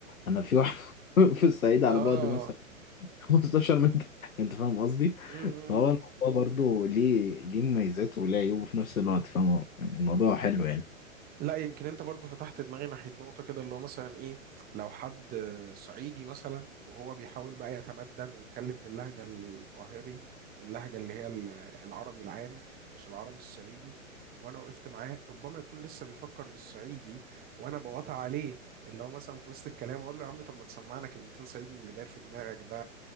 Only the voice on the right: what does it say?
اه
مم.
لا يمكن انت برضو فتحت دماغي ناحية نقطة كده اللي هو مثلا ايه لو حد صعيدي مثلا وهو بيحاول بقى يتمدن ويتكلم باللهجة القاهري واللهجة اللي هي ال- العربي العام مش العربي الصعيدي وانا وقفت معاه ربما يكون لسه بيفكر بالصعيدي وانا بقاطع عليه اللي هو مثلا في وسط الكلام اقول له يا عم طب ما تسمعنا كلمتين صعيدي من اللي داير في دماغك ده